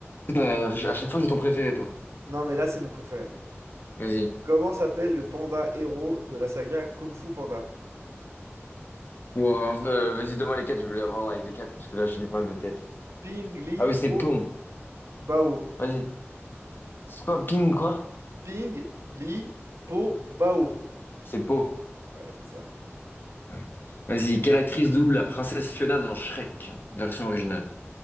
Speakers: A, on the left; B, on the right.
A: Putain, à chaque fois, j'ai ton préféré, toi.
B: Non, mais là, c'est mon préféré.
A: Vas-y.
B: Comment s'appelle le panda héros de la saga Kung Fu Panda?
A: Ou, euh, vas-y, donne-moi les quatre, je voulais avoir avec les quatre, parce que là, j'ai des problèmes de tête.
B: Ping Li
A: Ah oui, c'est
B: Po
A: Pong.
B: Bao.
A: Vas-y. C'est quoi, Ping, quoi?
B: Ping Li Po Bao.
A: C'est Po.
B: Ouais, c'est ça.
A: Ouais. Vas-y, quelle actrice double la princesse Fiona dans Shrek, version originale?